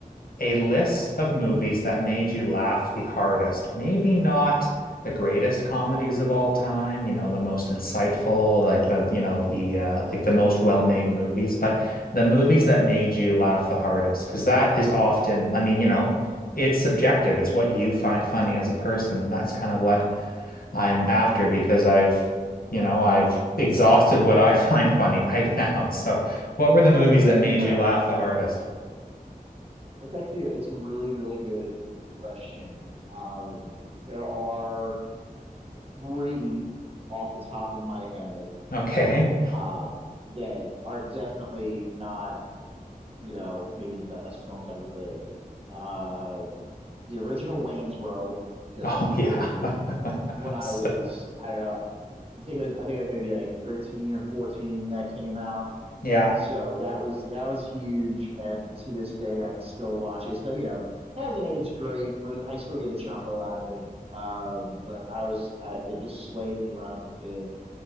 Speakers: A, on the left; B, on the right.
A: a list of movies that made you laugh the hardest. Maybe not the greatest comedies of all time, you know, the most insightful, like the, you know, the uh, like the most well-made movies, but the movies that made you laugh the hardest, because that is often, I mean, you know, it's subjective. It's what you find funny as a person, and that's kind of what I'm after because I've, you know, I've exhausted what I <laughs> find funny right now. <laughs> So, what were the
B: Sure.
A: movies that made
B: Yeah.
A: you laugh the hardest?
B: That's actually it's a really, really good question. Um, there are three off the top of my head
A: Okay.
B: um that are definitely not, you know, maybe the best films ever, but uh the original Wayne's World just
A: Oh, yeah.
B: killed me
A: <laughs>
B: when I
A: So-
B: was, I don't know, I think it was I think I was maybe like 13 or 14 when that came out.
A: yeah.
B: So that was that was huge, and to this day I can still watch it. It's not, you know, it hasn't aged great, but it, I still get a chuckle out of it. Um, but I was I it just slayed me when I was a kid.